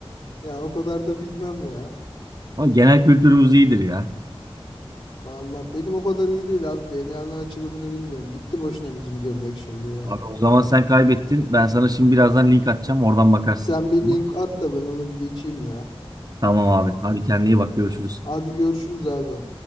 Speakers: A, on the left; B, on the right.
A: Ya o kadar da bilmem ya.
B: Ama genel kültürümüz iyidir ya.
A: Vallahi benim o kadar iyi değil abi. DNA'nın açılımını bilmiyorum. Gitti boşuna bizim gömlek şimdi ya.
B: Abi o zaman sen kaybettin. Ben sana şimdi birazdan link atacağım. Oradan bakarsın.
A: Sen bir
B: Tamam
A: link at da ben onu bir geçeyim ya.
B: Tamam abi. Hadi kendine iyi bak. Görüşürüz.
A: Hadi görüşürüz abi.